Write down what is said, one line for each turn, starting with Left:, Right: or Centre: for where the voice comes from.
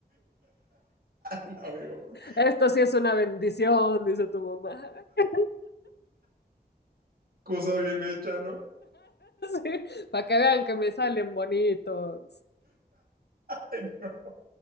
Right: no, mi mamá.
Left: Esto sí es una bendición, dice tu mamá. <laughs>
Right: Cosa bien hecha, ¿no?
Left: Sí, para que vean que me salen bonitos.
Right: Ay, no.